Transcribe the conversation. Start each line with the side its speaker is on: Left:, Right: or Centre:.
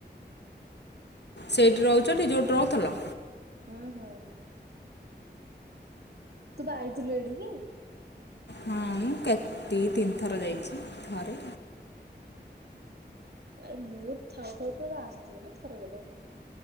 Left: ସେଇଠି ରହୁଛ ଟି ଯୋଉଠି ରହୁଥିଲ?
Right: ହଁ ହଁ ତୁପା ଆଇଥିଲୁ ଏଇଠି କି?
Left: ହଁ ମୁଁ କେତେ ତିନିଥର ଯାଇଛି, ଥରେ
Right: ଆରେ ମୁଁ ଥାଉ ଥାଉ ତ ଆସିଥିଲୁ ନା ଥରେ ଗୋଟେ।